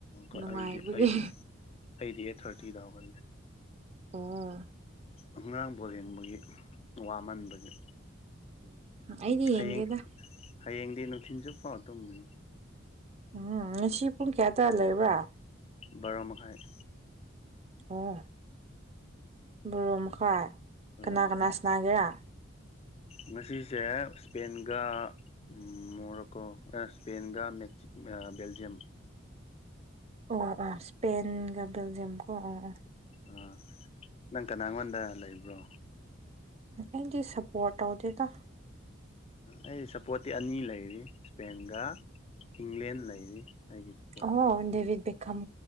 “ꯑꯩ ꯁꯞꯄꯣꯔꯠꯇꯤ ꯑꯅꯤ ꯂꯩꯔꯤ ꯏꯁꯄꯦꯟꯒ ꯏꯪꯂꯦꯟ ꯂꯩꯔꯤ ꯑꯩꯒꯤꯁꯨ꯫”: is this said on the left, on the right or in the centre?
Left